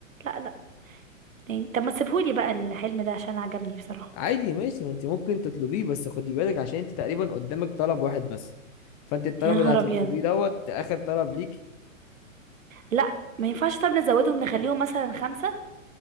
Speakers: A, on the right; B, on the left.
A: لا لا تاني طب ما تسيبهولي بقى الحلم ده عشان عجبني بصراحة
B: عادي ماشي ما انت ممكن تطلبيه بس خدي بالك عشان انت تقريبا قدامك طلب واحد بس فانت الطلب
A: يا نهار
B: اللي هتطلبيه
A: ابيض
B: دوت اخر طلب ليك
A: لا ما ينفعش طب نزودهم نخليهم مثلا خمسة